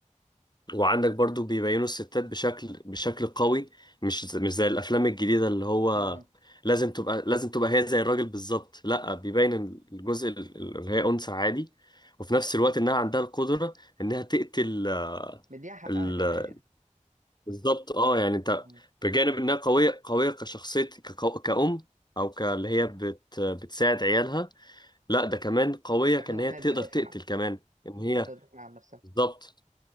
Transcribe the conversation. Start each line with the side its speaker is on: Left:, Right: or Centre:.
Left: وعندك برضو بيبينوا الستات بشكل بشكل قوي مش ز- مش زي الافلام الجديده اللي هو
Right: امم
Left: لازم تبقى لازم تبقى هي زي الراجل بالظبط لا بيبين الجزء ال- اللي هي انثى عادي وفي نفس الوقت انها عندها القدره انها تقتل
Right: مديها حقها
Left: ال-
Right: كمان يعني
Left: بالظبط اه يعني انت
Right: مم.
Left: بجانب انها قويه قويه كشخصيه كقو- كأم او ك- اللي هي بت بتساعد عيالها لا ده كمان قويه
Right: قادرة
Left: كان هي
Right: انها
Left: تقدر
Right: تدافع
Left: تقتل كمان ان هي
Right: قادرة تدافع عن نفسها
Left: بالظبط